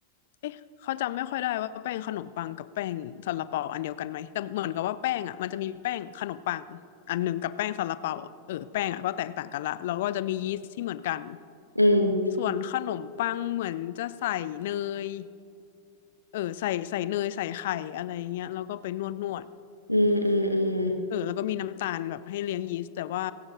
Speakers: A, on the left; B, on the right.
A: เอ๊ะเขาจำไม่ค่อยได้ว่าแป้งขนมปังกับแป้งซาลาเปาอันเดียวกันไหมแต่เหมือนกับว่าแป้งอ่ะมันจะมีแป้งขนมปังอันหนึ่งกับแป้งซาลาเปาอะเออแป้งอ่ะก็แตกต่างกันละแล้วก็จะมียีสต์ที่เหมือนกัน
B: อืม
A: ส่วนขนมปังเหมือนจะใส่เนยเออใส่ใส่เนยใส่ไข่อะไรเงี้ยแล้วก็ไปนวดนวด
B: อืมอืมอืม
A: เออแล้วก็มีน้ำตาลแบบให้เลี้ยงยีสต์แต่ว่า